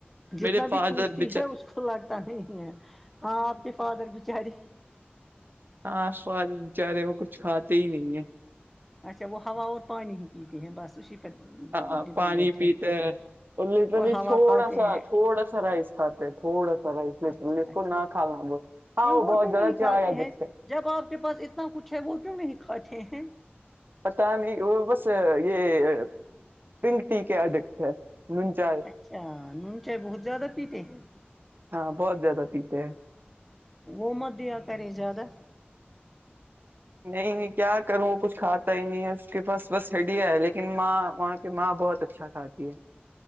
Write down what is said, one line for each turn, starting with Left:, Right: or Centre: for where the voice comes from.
Centre: جتنا
Right: میرے فادر
Centre: بھی ٹھوستی
Right: بچ
Centre: ہے اس کو لگتا نہیں ہے ہاں آپ کے فادر بچاری
Right: ہاں فادر بچارے وہ کچھ کھاتے ہی نہیں ہیں
Centre: اچھا وہ ہوا اور پانی ہی پیتے ہیں بس اسی پر
Right: ہاں
Centre: ڈپینڈنٹ
Right: پانی پیتے
Centre: ہے
Right: ہیں اور لٹرلی
Centre: ہوا
Right: تھوڑا
Centre: کھاتے
Right: سا
Centre: ہیں
Right: تھوڑا سا رائس کهاتے ہیں تھوڑا سا رائس لٹرلی
Centre: اچھا
Right: اس
Centre: اچھا
Right: کونا کھوا ہم لوگ ہاں
Centre: کیوں
Right: وہ بہت
Centre: کیوں
Right: زیادہ
Centre: نہیں
Right: چاۓ
Centre: کھاتے
Right: اڈیکٹڈ
Centre: ہیں
Right: ہے
Centre: جب آپ کے پاس اتنا کچھ ہے وہ کیوں نہیں کھاتے ہیں
Right: پتا نہیں وہ بس یہ پنک ٹی کے ایڈکٹ ہے نون چاۓ
Centre: اچھا نون چائے بہت زیادہ پیتے ہیں
Right: ہاں بہت زیادہ پیتے ہیں
Centre: وہ مت دیا کریں زیادہ
Right: نہیں نہیں کیا کروں کچھ کھاتا ہی نہیں ہے اس کے پاس بس ہڈیاں ہے لیکن ماں وہاں کی ماں بہت اچھا کھا تی ہے